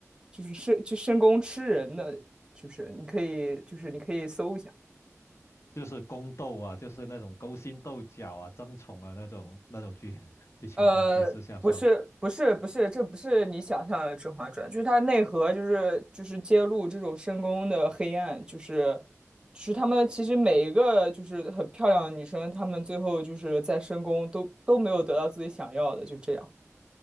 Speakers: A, on the right (about 15°); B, on the left (about 60°).
A: 就是深就深宫吃人的，就是你可以就是你可以搜一下。
B: 就是宫斗啊，就是那种勾心斗角啊、争宠啊那种那种剧 <laughs> 剧情嘛，
A: 呃，
B: 啊你是想说？
A: 不是，不是，不是，这不是你想象的《甄嬛传》，就是它内核就是就是揭露这种深宫的黑暗，就是就是他们其实每一个就是很漂亮的女生，她们最后就是在深宫都都没有得到自己想要的，就这样。